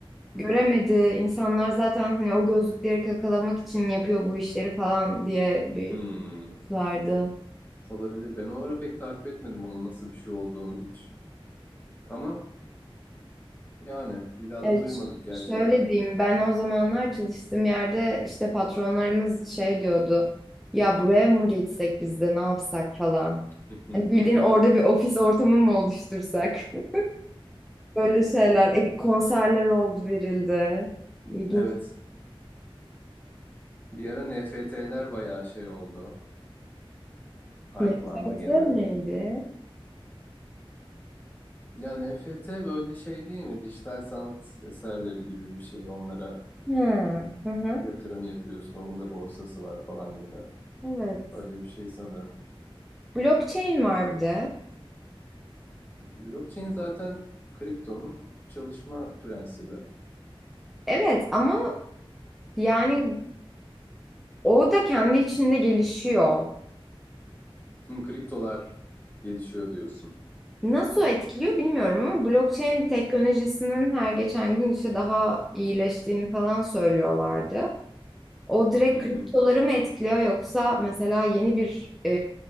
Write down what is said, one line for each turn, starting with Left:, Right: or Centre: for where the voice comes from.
Left: Hmm.
Centre: göremedi. İnsanlar zaten hani o gözlükleri kakalamak için yapıyor bu işleri falan diye bir
Left: Hmm.
Centre: vardı.
Left: Olabilir. Ben o ara pek takip etmedim onun nasıl bir şey olduğunu hiç. Ama yani bir daha
Centre: Evet,
Left: da duymadık gerçekten.
Centre: şöyle diyeyim. Ben o zamanlar çalıştığım yerde işte patronlarımız şey diyordu. Ya buraya mı geçsek biz de ne yapsak falan.
Left: <laughs>
Centre: Hani bildiğin orada bir ofis ortamı mı oluştursak? <laughs> Böyle şeyler. E, konserler oldu verildi. İlginç.
Left: Evet. Bir ara NFT'ler bayağı şey oldu. Hype'landı
Centre: Nefret
Left: gene.
Centre: neydi?
Left: Ya NFT böyle şey değil mi? Dijital sanat eserleri gibi bir şey. Onlara
Centre: Hmm, Hı hı.
Left: yatırım yapıyorsun. Onun da borsası var falan gibi.
Centre: Evet.
Left: Öyle bir şey sanırım.
Centre: Blockchain var bir de.
Left: Blockchain zaten kriptonun çalışma prensibi.
Centre: Evet ama yani o da kendi içinde gelişiyor.
Left: Şimdi kriptolar gelişiyor diyorsun.
Centre: Nasıl etkiliyor bilmiyorum ama blockchain teknolojisinin her geçen gün işte daha iyileştiğini falan söylüyorlardı. O direkt
Left: Hı
Centre: kriptoları
Left: hı.
Centre: mı etkiliyor yoksa mesela yeni bir e,